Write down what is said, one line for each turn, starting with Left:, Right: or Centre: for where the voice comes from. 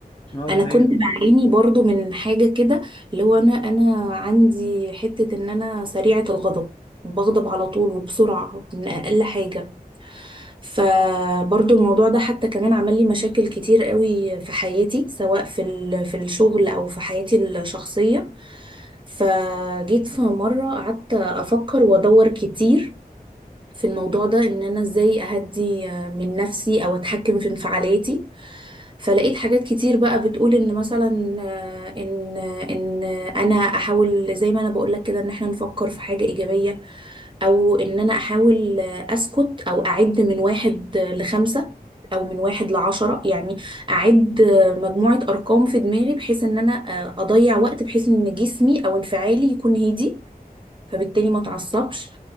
Left: اه
Right: انا
Left: دي حقيقة
Right: كنت بعاني برضو من حاجة كده اللي هو انا انا عندي حتة ان انا سريعة الغضب بغضب على طول وبسرعة من اقل حاجة فبرضو الموضوع ده حتى كمان عمل لي مشاكل كتير قوي في حياتي سواء في ال- في الشغل او في حياتي الشخصية فجيت في مرة قعدت افكر وادور كتير في الموضوع ده ان انا ازاي اهدي آه، من نفسي او اتحكم في انفعالاتي فلقيت حاجات كتير بقى بتقول ان مثلا آه، ان ان انا احاول زي ما انا بقول لك كده ان احنا نفكر في حاجة ايجابية او ان انا احاول آه، اسكت او اعد من واحد آه، لخمسة او من واحد لعشرة يعني اعد آه، مجموعة ارقام في دماغي بحيث ان انا آه، اضيع وقت بحيث ان جسمي او انفعالي يكون هادي فبالتالي ما اتعصبش